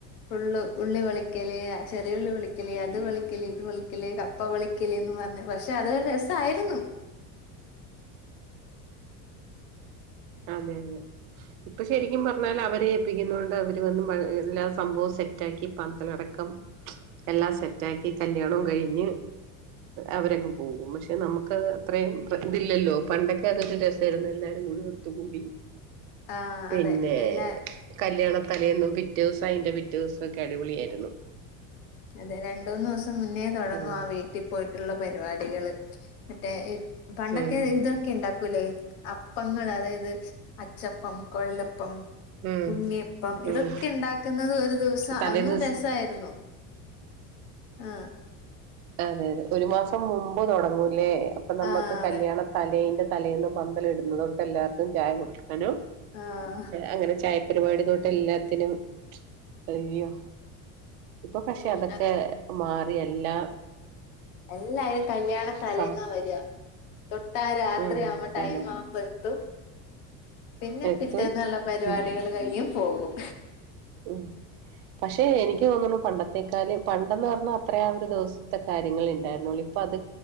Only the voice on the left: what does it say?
ഫുള്ള് ഉള്ളി പൊളിക്കല്ചെറിയ ഉള്ളി പൊളിക്കല് അത് പൊളിക്കല് ഇത് പൊളി ക്കല് കപ്പ പൊളിക്കല്ന്ന് പറഞ്ഞ് പക്ഷെ അതരു രസായിരുന്നു
ആ
അതെ എല്ലാ
അതെ രണ്ട് മൂന്ന് ദിവസം മുന്നേ തുടങ്ങും
ആ വീട്ടിൽ പോയിട്ടുള്ള പരിപാടികള് മറ്റേ പണ്ടൊക്കെ
ഇതൊക്കെ ഇണ്ടാക്കൂല്ലേ അപ്പങ്ങൾ അതായത് അച്ചപ്പം കൊഴലപ്പം
ഉണ്ണിയപ്പം
ഇതൊക്കെ ഇണ്ടാക്കുന്നത് ഒരു ദിവസം
അന്നും
രസായിരുന്നു ആഹ്
ആഹ് അതെ
ആഹ്
ഉം
എല്ലാരും കല്യാണ തലേന്നാ
വരാ തൊട്ടാ രാത്രി
ആവുമ്പോ ടൈം
ആവുമ്പോ എത്തും പിന്നെ
പിറ്റേന്നുള്ള പരിപാടികൾ
കഴും പോകും